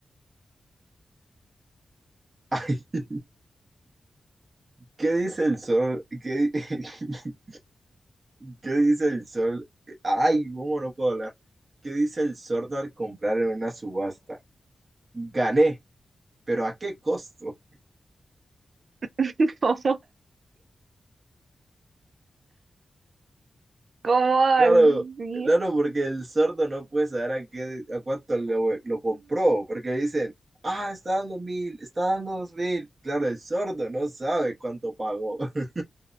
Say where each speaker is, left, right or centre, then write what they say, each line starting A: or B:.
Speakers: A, on the right; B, on the right.
A: <laughs> ay, ¿Qué dice el sol? ¿Qué, di- <laughs> ¿Qué dice el sol? Ay, ¿cómo no puedo hablar? ¿Qué dice el sordo al comprar en una subasta? Gané, pero ¿a qué costo?
B: <laughs> ¿Cómo, cómo así?
A: Claro, claro, porque el sordo no puede saber a qué, a cuánto lo, lo compró, porque le dicen, ah, está dando mil, está dando dos mil. Claro, el sordo no sabe cuánto pagó. <laughs>